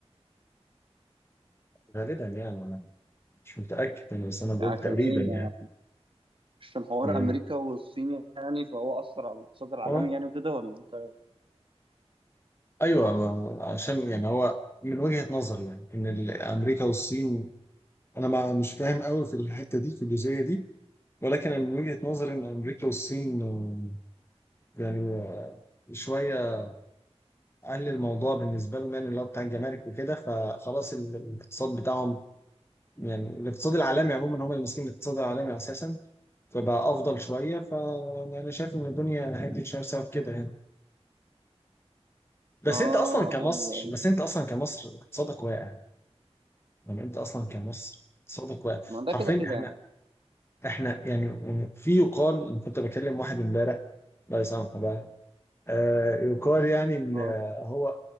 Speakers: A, on the left; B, on the right.
A: غالبا يعني انا مش متاكد يعني بس انا بقول
B: يعني عشان
A: تقريبا
B: ايه يعني
A: يعني
B: عشان حوار
A: من-
B: امريكا والصين يعني فهو اثر على الاقتصاد العالمي
A: اه
B: يعني وكده ولا انت
A: ايوه ما- عشان يعني هو من وجهه نظري يعني ان ال- امريكا والصين انا ما مش فاهم قوي في الحته دي في الجزئيه دي ولكن أنا من وجهة نظري إن أمريكا والصين آه، يعني آه، شوية أهل الموضوع بالنسبة لهم يعني اللي هو بتاع الجمارك وكده فخلاص ال- الاقتصاد بتاعهم يعني الاقتصاد العالمي عموما هم اللي ماسكين الاقتصاد العالمي أساسا فبقى أفضل شوية فأنا شايف إن الدنيا هدت شوية بسبب كده يعني بس
B: اه
A: أنت أصلا كمصر
B: ايوه ايوه
A: بس أنت أصلا كمصر اقتصادك واقع يعني أنت أصلا كمصر اقتصادك واقع
B: ما ده
A: حرفيا
B: كده كده
A: إحنا
B: يعني
A: إحنا يعني يعني في يقال أنا كنت بكلم واحد إمبارح الله يسامحه بقى آه، يقال يعني ان
B: اه
A: هو